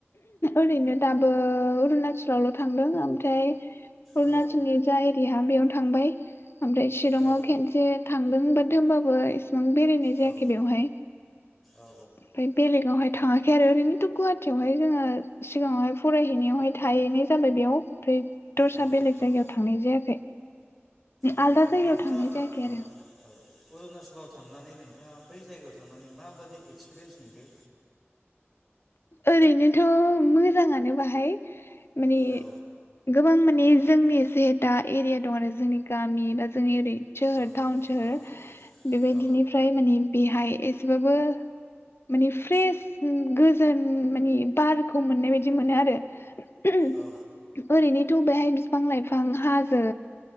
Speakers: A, on the left; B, in the centre.
A: ओरैनो दाबो अरुणाचल थांदों ओमफ्राय अरुणाचलनि
B: औ
A: जा एरिया बेयाव थांबाय। ओमफ्राय शिलंआव
B: औ
A: खेनसे थांदों होमबाबो बेसेबां बेरायनाय जायाखै
B: औ
A: बेवहाय। ओमफ्राय
B: ओ
A: बेलेगावहाय थाङाखै आरो ओरैनोथ' गुवाहाटियावहाय जोङो सिगाङावहाय फरायहैनायावहाय थाहैनो जाबाय बेयाव ओमफ्राय दरसा
B: ओ
A: बेलेग जायगायाव
B: ओ औ
A: थांनाय जायाखै।
B: ओरैनो
A: आलदा जायगायाव
B: नोंथाङा
A: थांनाय जायाखै आरो
B: अरुणाचलाव थांनानै नोंथाङा बै जायगायाव थांनानै माबादि एक्सपिरियेन्स नुखो?
A: ओरैनोथ' मोजाङानो बाहाय मानि
B: औ
A: गोबां माने जोंनि जे दा एरिया दं आरो जोंनि गामि बा जोंनि ओरै सोहोर
B: औ
A: टाउन सोहोर
B: औ
A: बेबायदिनिफ्राय
B: औ
A: माने बेहाय एस बाबो माने फ्रेस गोजोन मानि बारखौ मोननाय बायदि मोनो आरो। <unintelligible>
B: औ
A: ओरैनोथ' बेहाय बिफां लाइफां हा जो